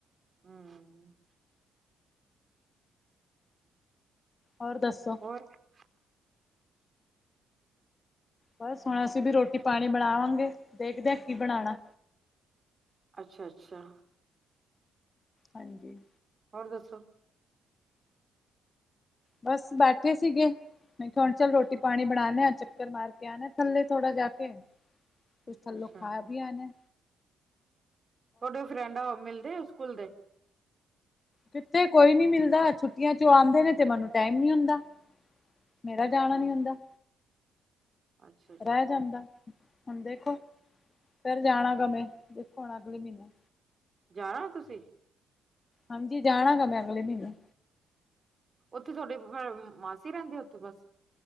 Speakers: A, on the right; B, on the left.
A: ਹੂੰ
B: ਹੋਰ ਦੱਸੋ?
A: ਹੋਰ
B: ਬਸ ਹੁਣ ਅਸੀਂ ਵੀ ਰੋਟੀ- ਪਾਣੀ ਬਣਾਵਾਂਗੇ ਦੇਖਦੇ ਆ ਕੀ ਬਣਾਣਾ
A: ਅੱਛਾ-ਅੱਛਾ
B: ਹਾਂਜੀ।
A: ਹੋਰ ਦੱਸੋ?
B: ਬਸ ਬੈਠੇ ਸੀਗੇ। ਮੈਂ ਕੇਹਾ ਹੁਣ ਚੱਲ ਰੋਟੀ- ਪਾਣੀ ਬਣਾਣੇ ਆ ਚੱਕਰ ਮਾਰ ਕੇ ਆਣਾ ਥੱਲੇ ਥੋੜਾ ਜਾ ਕੇ ਕੁਛ ਥੱਲੋਂ
A: ਅੱਛਾ
B: ਖਾਇਆ
A: ਅੱਛਾ
B: ਵੀ ਆਨਾ
A: ਥੋਡੇ ਓ ਫਰੈਂਡ ਮਿਲਦੇ ਆ ਸਕੂਲ ਦੇ
B: ਕਿੱਥੇ ਕੋਈ ਨੀ ਮਿਲਦਾ ਛੁੱਟੀਆਂ 'ਚ ਓ ਆਂਦੇ ਨੇ ਤੇ ਮੈਨੂੰ ਟੈਮ ਨੀ ਹੁੰਦਾ ਮੇਰਾ ਜਾਣਾ
A: ਅੱਛਾ
B: ਨੀ
A: ਅੱਛਾ
B: ਹੁੰਦਾ
A: ਅੱਛਾ ਅੱਛਾ
B: ਰਹਿ ਜਾਂਦਾ ਹੁਣ ਦੇਖੋ ਫਿਰ ਜਾਣਾ ਗਵੇਂ ਦੇਖੋ ਹੁਣ ਅਗਲੇ ਮਹੀਨੇ
A: ਜਾਣਾ ਤੁਸੀਂ
B: ਹਾਂਜੀ, ਜਾਣਾ ਗਾ ਮੈਂ ਅਗਲੇ ਮਹੀਨੇ
A: ਉੱਥੇ ਥੋਡੀ ਫ ਮਾਸੀ ਰਹਿੰਦੀ ਉੱਥੇ ਬਸ